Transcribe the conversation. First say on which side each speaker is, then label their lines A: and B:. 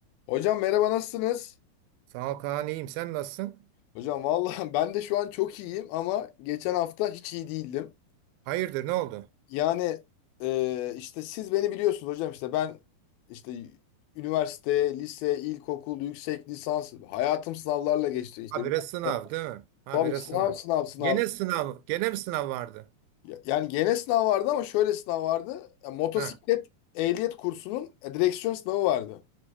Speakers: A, on the left; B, on the right.
A: Hocam merhaba nasılsınız?
B: Sağ ol Kaan iyiyim. Sen nasılsın?
A: Hocam vallahi <laughs> ben de şu an çok iyiyim ama geçen hafta hiç iyi değildim.
B: Hayırdır ne oldu?
A: Yani e, işte siz beni biliyorsunuz hocam işte ben işte üniversite, lise, ilkokul, yüksek lisans hayatım sınavlarla geçti. İşte
B: Habire
A: üniversite-
B: sınav değil mi? Habire
A: tabii sınav
B: sınav.
A: sınav sınav.
B: Gene sınav. Gene mi sınav vardı?
A: Ya- Yani gene sınav vardı ama şöyle sınav vardı. Ya, motosiklet
B: Ha.
A: ehliyet kursunun e, direksiyon sınavı vardı.